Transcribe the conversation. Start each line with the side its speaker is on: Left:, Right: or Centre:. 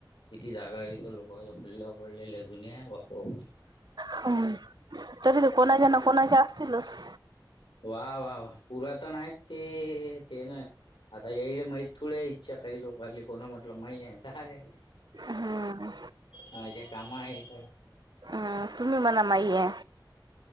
Left: किती जागा येतो लोक पडल्या पडलेल्या जुन्या बापपा
Right: हो तरी ते कोणाच्या ना कोणाचे असतीलच.
Left: वा वा वा पुरातन आहेत ते ते ना आता याईल माहि थोड्या इच्छा काही लोकली कोणा म्हटलं मा आहे काय
Right: हम्म
Left: ह ज्या काम आहे का
Right: हम्म तुम्ही मला माही हे